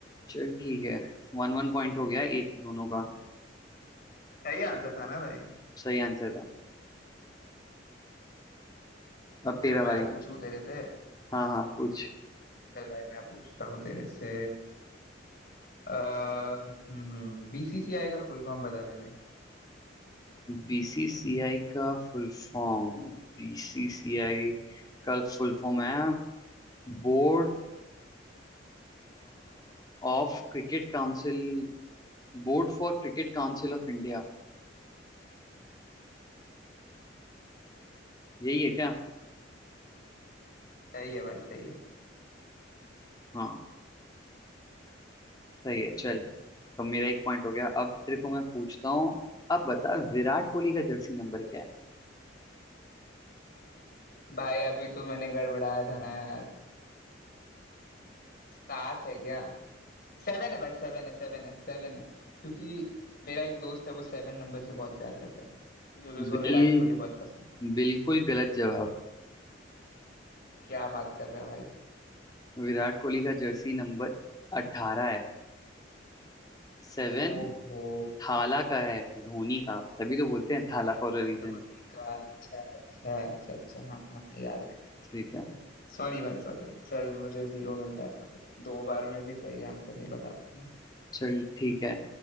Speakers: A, on the left; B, on the left.
A: चल ठीक है वन वन पॉइंट हो गया एक दोनों का
B: सही आंसर था ना भाई
A: सही आंसर था अब तेरा
B: तो मैं
A: बारी
B: पूछूं तेरे से
A: हाँ हाँ पूछ
B: चल भाई मैं पूछता हूँ तेरे से अ, हम्म बीसीसीआई का फुल फॉर्म बता दे भाई
A: बीसीसीआई का फुल फॉर्म बीसीसीआई का फुल फॉर्म है board of cricket council board for cricket council of India यही है क्या
B: सही है भाई सही है
A: हाँ सही है चल तो मेरा एक पॉइंट हो गया अब तेरे को मैं पूछता हूँ अब बता विराट कोहली का जर्सी नंबर क्या है
B: भाई अभी तो मैंने गड़बड़ाया था ना यार सात है क्या सेवन है भाई सेवन है सेवन है सेवन है क्योंकि मेरा एक दोस्त है वो सेवन नंबर से बहुत प्यार करता है क्योंकि उसको
A: बिल
B: विराट कोहली बहुत पसंद है
A: बिल्कुल गलत जवाब
B: क्या बात कर रहा है भाई
A: विराट कोहली का जर्सी नंबर अट्ठारह है सेवन
B: ओहो
A: थाला का है धोनी का तभी तो बोलते हैं थाला फॉर अ रीजन
B: धोनी का अच्छा अच्छा अच्छा अच्छा हाँ हाँ याद आ गया भाई
A: ठीक
B: याद आ
A: है
B: गया सॉरी भाई सॉरी चल मुझे जीरो मिलता है यहाँ पे दो बार में भी सही आंसर नहीं बता पाया मैं
A: चल ठीक है